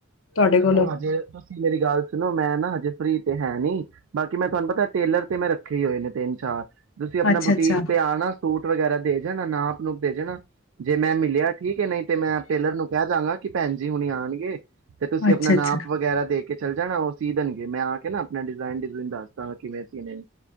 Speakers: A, on the left (about 75°); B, on the right (about 70°).
A: ਤੁਹਾਡੇ
B: ਦੇਖੋ
A: ਕੋਲੋਂ
B: ਹਜੇ ਤੁਸੀਂ ਮੇਰੀ ਗੱਲ ਸੁਣੋ ਮੈਂ ਨਾ ਹਜੇ ਫਰੀ ਤੇ ਹੈ ਨੀ ਬਾਕੀ ਮੈਂ ਤੁਹਾਨੂੰ ਪਤਾ ਟੇਲਰ ਤੇ ਮੈਂ ਰੱਖੇ ਹੀ ਹੋਏ ਨੇ ਤਿੰਨ ਚਾਰ ਤੁਸੀਂ ਆਪਣਾ
A: ਅੱਛਾ-ਅੱਛਾ,
B: ਬੁਟੀਕ ਤੇ ਆਣਾ ਸੂਟ ਵਗੈਰਾ ਦੇ ਜਾਣਾ ਨਾ ਆਪ ਨੂੰਪ ਦੇ ਜਾਣਾ ਜੇ ਮੈਂ ਮਿਲਿਆ ਠੀਕ ਹੈ ਨਹੀਂ ਤੇ ਮੈਂ ਟੇਲਰ ਨੂੰ ਕਹਿ ਦਵਾਂਗਾ ਕਿ ਭੈਣ ਜਜੀ ਹੁਣੇ ਆਉਣਗੇ ਤੇ ਤੁਸੀਂ
A: ਅੱਛਾ-ਅੱਛਾ
B: ਆਪਣਾ ਨਾਪ ਵਗੈਰਾ ਦੇ ਕੇ ਚੱਲ ਜਾਣਾ ਉਹ ਸੀ ਦੇਣਗੇ ਮੈਂ ਆ ਕੇ ਨਾ ਆਪਣਾ ਡਿਜ਼ਾਇਨ ਡਿਜ਼ਨ ਦੱਸ ਦਾਂਗਾ ਕਿਵੇਂ ਸੀਨੇ ਨੇ